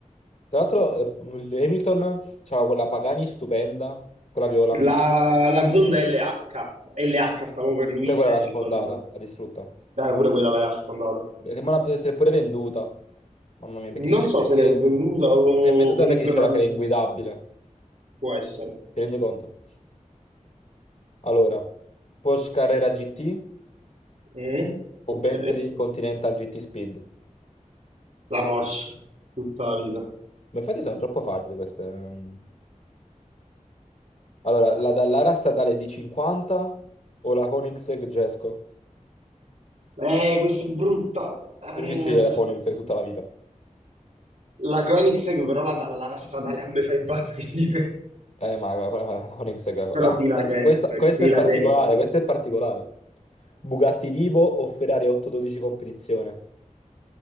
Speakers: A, on the left; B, on the right.
A: Tra l'altro, eh, Hamilton c'aveva quella Pagani stupenda, quella viola,
B: La,
A: pure
B: la Zonda LH, LH stavo per Lewis
A: quella
B: Hamilton,
A: l'ha sfondata, l'ha distrutta.
B: dai pure quella l'aveva sfondata.
A: Che ma la poteva essere pure venduta. Mamma mia, perché dice
B: Non so
A: che
B: se l'è venduta o
A: che è venduta
B: comunque,
A: perché diceva
B: ma
A: che era inguidabile.
B: può essere.
A: Ti rendi conto? Allora, Porsche Carrera GT
B: Mm?
A: o
B: Ok,
A: Bentley Continental GT Speed?
B: la Porsche, tutta la vita.
A: Ma infatti sono troppo facili queste. ehm. Allora, la Dallara statale di 50 o la Koenigsegg Gesco?
B: Eh, questa è brutta. Eh,
A: Devi dici la Koenigsegg tutta la vita.
B: la Koenigsegg però la Dallara stradale a me fa impazzire.
A: Eh, ma la, la, la Koenigsegg,
B: <laughs>
A: la-
B: Però sì,
A: ah,
B: la Koenigsegg,
A: questa, questa
B: sì,
A: è
B: la
A: particolare,
B: Koenigsegg.
A: questa è particolare. Bugatti Divo o Ferrari 812 competizione?